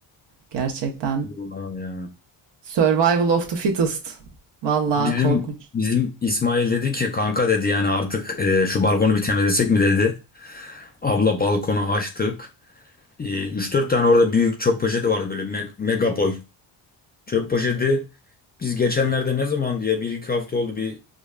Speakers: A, on the right; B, on the left.
A: Gerçekten
B: Ulan ya.
A: survival of the fittest. Vallahi
B: Bizim
A: korkunç.
B: bizim İsmail dedi ki kanka dedi yani artık e, şu balkonu bir temizlesek mi dedi. Abla balkonu açtık. Ee, 3-4 tane orada büyük çöp poşeti vardı böyle me- mega boy. Çöp poşeti biz geçenlerde ne zamandı ya bir iki hafta oldu bir